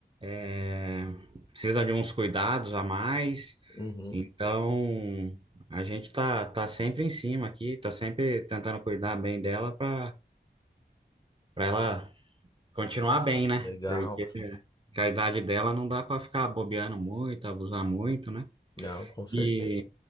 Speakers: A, on the right; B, on the left.
A: É, precisa de uns cuidados a mais.
B: Uhum.
A: Então, a gente tá, tá sempre em cima aqui, tá sempre tentando cuidar bem dela para para ela continuar bem, né?
B: Legal.
A: Porque com a idade dela não dá para ficar bobeando muito, abusar muito, né?
B: Não, com certeza.
A: E,